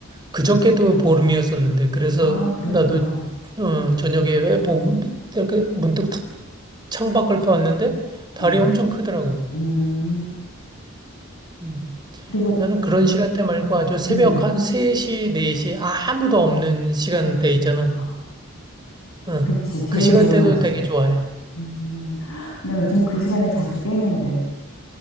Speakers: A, on the right; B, on the left.
A: 그저께도 보름이었었는데 그래서
B: 아, 그랬구나.
A: 나도 어, 저녁에 왜 봄, 이렇게 문득 탁 창밖을 봤는데 달이
B: 음,
A: 엄청 크더라고.
B: 음.
A: 음.
B: 그리고,
A: 나는 그런 시간대 말고 아주 새벽
B: 음,
A: 한 3시, 4시 아무도 없는 시간대 있잖아.
B: 아,
A: 어.
B: 그치. 제일
A: 그 시간대도
B: 조용하지,
A: 되게
B: 그때가.
A: 좋아해.
B: 음, 나 요즘 그 시간에 자주 깨는데,